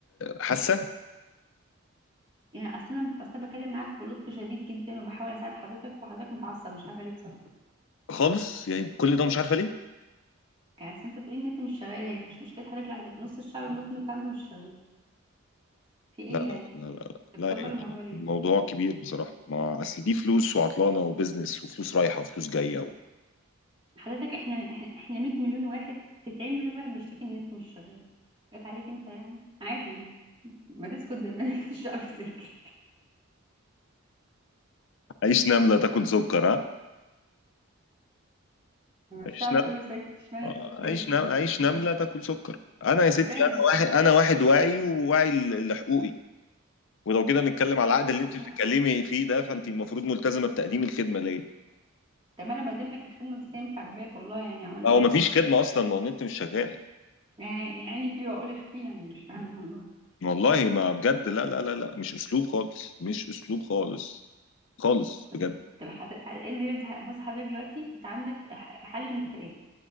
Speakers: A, on the left; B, on the right.
A: حاسة
B: يعني اصل انا بس أنا بكلم معاك بلطف شديد جدا وبحاول اساعد حضرتك وحضرتك متعصب مش عارفه ليه بصراحه
A: خالص يعني كل ده مش عارفة ليه
B: يعني أصل انت بتقولي ان انت مش شغال هي دي مش مشكله حضرتك لوحدك نص الشعب المصري انت عنده مش شغال في ايه
A: لا
B: يعني
A: لا لا
B: انت مكبر
A: لا, لا
B: الموضوع ليه
A: الموضوع كبير بصراحة ما اصل دي فلوس وعطلانة وبزنس وفلوس رايحة وفلوس جاية و...
B: حضرتك احنا احنا إحنا 100 مليون واحد 90 مليون واحد بيشتكي ان انت مش شغال جت عليك انت يعني عادي يعني ما تسكت زي ما <laughs> نسيت الشعب ساكت
A: عيش نملة تاكل سكر ها
B: لما الشعب
A: عيش نملة
B: كله ساكت اشمعنى
A: آه،
B: انت بتتكلم
A: عيش نم...
B: يعني
A: عيش نملة تاكل سكر انا يا ستي
B: صدقني
A: انا واحد انا واحد واعي وواعي ل- لحقوقي ولو كده نتكلم على العقد اللي
B: بص
A: انت بتتكلمي
B: أنا-
A: فيه ده فانت المفروض ملتزمة بتقديم الخدمة ليا
B: طب ما انا بقدم لك الخدمه بس هي مش عاجباك والله يعني وانا
A: هو مفيش خدمة أصلا ما النت مش شغال
B: يعني عيني فيه واقول اخفيه يعني مش فاهمه والله
A: والله ما بجد لا لا لا لا مش أسلوب خالص مش أسلوب خالص خالص
B: بس
A: بجد
B: طب حض- ايه اللي يرضي بص حضرتك دلوقتي انت عندك ح- حل من الثلاثه